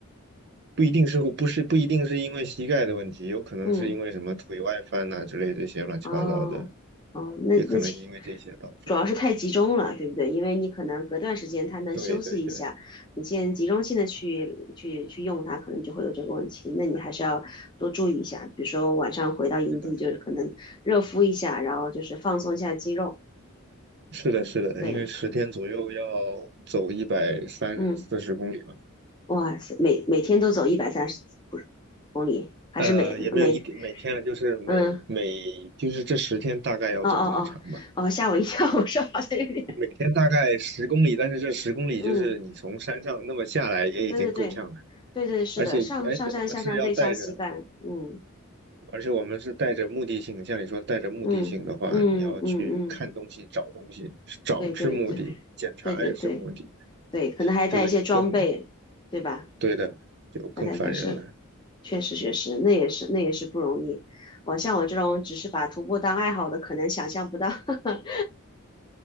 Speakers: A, on the right; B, on the left.
A: 不一定是不是不一定是因为膝盖的问题，有可能是因为什么腿外翻呐、
B: 嗯，
A: 之类这些乱七八糟的，
B: 哦，哦，那那其
A: 也可能因为这些导致。
B: 主要是太集中了，对不对？因为你可能隔段时间他能休息一下，
A: 对对对，
B: 你现在集中性的去去去用它，可能就会有这个问题。那你还是要多注意一下，比如说晚上回到营地，
A: 是的，
B: 就是可能热敷一下，然后就是放松一下肌肉，
A: 是的，是的，
B: 对，
A: 因为十天左右要
B: 可，
A: 走一百三四十公里嘛，
B: 嗯，哇塞，每每天都走一百三十不是公里，还是每每。
A: 呃，也没有一天每天了，就是每每就是这十天大概要走这么长吧，
B: 嗯，哦哦哦哦，吓我一跳！<laughs> 我说好像有点
A: 每天大概十公里，但是这十公里就是你从山上那么下来也已经够呛了，
B: <laughs>，嗯，对对对，对对是的，
A: 而且而且我们是要带着，
B: 上上山下山最伤膝盖，嗯
A: 而且我们是带着目的性，像你说带着目的性的话，
B: 嗯嗯嗯嗯，
A: 你要去看东西、找东西，找是目的，
B: 对对对
A: 检查也是目的，
B: 对对对对，可能还带一些装备，
A: 这个就更，
B: 对吧？
A: 对的，就更烦人了。
B: 还带一些设，确实确实，那也是那也是不容易。我像我这种只是把徒步当爱好的，可能想象不到。<laughs>